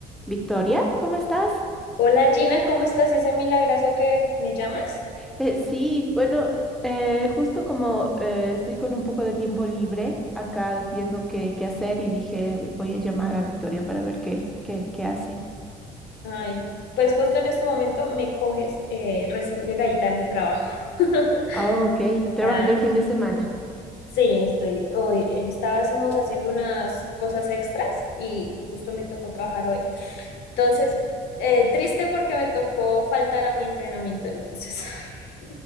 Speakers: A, in the centre; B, on the left.
A: Victoria, ¿cómo estás?
B: Hola Gina, ¿cómo estás? Ese milagrazo que me llamas.
A: Eh, sí, bueno, eh, justo como eh, estoy con un poco de tiempo libre acá viendo qué, qué hacer y dije, voy a llamar a Victoria para ver qué, qué, qué hace.
B: Ay, pues justo en este momento me coges eh, recién llegadita a mi trabajo. <laughs>
A: Ah, ok, trabajando
B: Ah,
A: el fin de semana.
B: sí, estoy hoy. Estábamos haciendo unas cosas extras y justo me tocó trabajar hoy. Entonces, eh, triste porque me tocó faltar a mi entrenamiento, entonces <laughs>